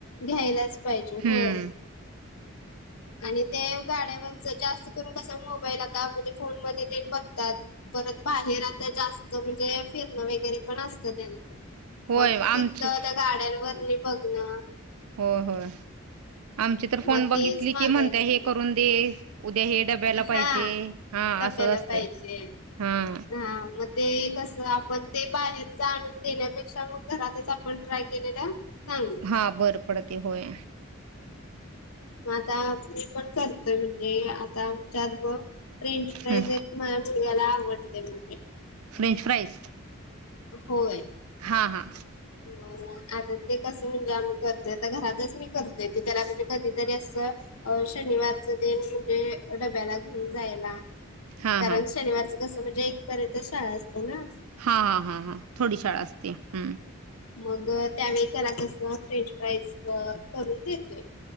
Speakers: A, on the left (about 85°); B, on the right (about 85°).
A: घ्यायलाच पाहिजे
B: हम्म,
A: होय. आणि ते गाड्यावरच जास्त करून कस मोबाईल आता म्हणजे फोन मध्ये ते बघ तात परत बाहेर आता जास्त म्हणजे फिरणं वगैरे पण असतं त्यांचं.
B: होय
A: मग
B: आमचे
A: तिथं त्या गाड्यांवर नी बघणं.
B: होय, होय, आमची तर
A: मग
B: फोन बघितली
A: तेच मागायचं.
B: की म्हणते हे करून- ये, उद्या ये. डब्याला
A: हा
B: पाहिजे, हा
A: डब्याला
B: असं असतय
A: पाहिजे.
B: हा.
A: हा मग ते कस आपण ते बाहेरच आणून देण्यापेक्षा, मग घरातच आपण- ट्राय केलेलं चांगलं.
B: हां बर. पडते होय.
A: मग आता मी पण करतोय म्हणजे, आता आमच्यात बघ फ्रेंच फ्राईज-
B: हं
A: माया मुलग्याला आवडते म्हण ते.
B: French fries.
A: होय.
B: हा, हा.
A: म आता ते कस म्हणजे आम्ही करते, आता घरातच मी करत- नाही तर, त्याला म्हणजे कधीतरी असं- अ.. शनिवारच तेन म्हणजे डब्याला घेऊन जायला.
B: हा,
A: कारण,
B: हा.
A: शनिवारचं कसं म्हणजे एकपर्यंत शाळा असते ना.
B: हा, हा, हा, हा थोडी शाळा असते. हम्.
A: मग त्यावेळी त्याला कस फ्रेंच प्राईज करून देतोय.